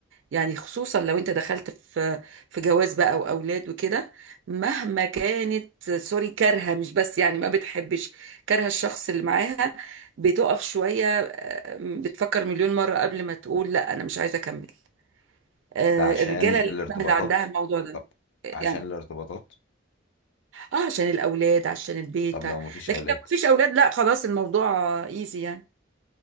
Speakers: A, on the right; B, on the left.
A: يعني خصوصا لو أنت دخلت في في جواز بقى وأولاد وكده مهما كانت سوري كارهة مش بس يعني ما بتحبش كارهة الشخص اللي معاها بتقف شوية آه، بتفكر مليون مرة قبل ما تقول لا أنا مش عايزة أكمل آه،
B: ده عشان
A: الرجالة لا،
B: الارتباطات
A: سهل عندها الموضوع ده
B: طب عشان
A: يعني
B: الارتباطات
A: اه عشان الاولاد عشان البيت
B: طب لو
A: ع-
B: مفيش
A: لكن
B: اولاد
A: لو مفيش اولاد لا خلاص الموضوع ايزي يعني